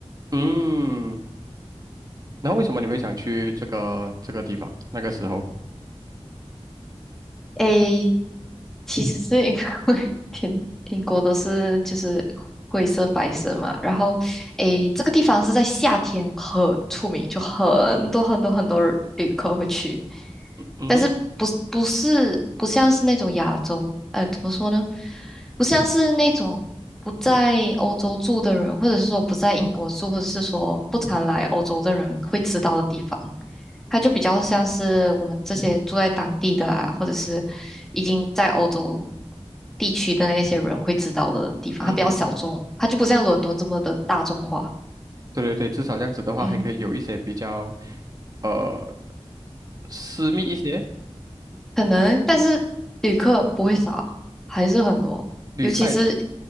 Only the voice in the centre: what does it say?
诶，其实是因为 <laughs> 天英国都是就是灰色白色嘛，然后诶，这个地方是在夏天很出名，就很多很多很多旅客会去，
但是不是不是不像是那种亚洲，呃，怎么说呢？不像是那种不在欧洲住的人，或者是说不在英国住，或者是说不常来欧洲的人会知道的地方。它就比较像是我们这些住在当地的啊，或者是已经在欧洲地区的那些人会知道的地方，
它比较小众，它就不像伦敦这么的大众化。
嗯。
可能，但是旅客不会少，还是很多，
尤其是